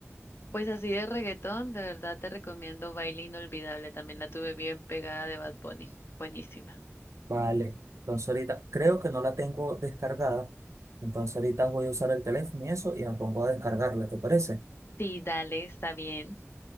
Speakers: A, on the left; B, on the right.
A: Pues así de reggaetón, de verdad te recomiendo Baile Inolvidable. También la tuve bien pegada de Bad Bunny. Buenísima.
B: Vale. Entonces ahorita creo que no la tengo descargada. Entonces ahorita voy a usar el teléfono y eso y me pongo a descargarla, ¿te parece?
A: Sí, dale, está bien.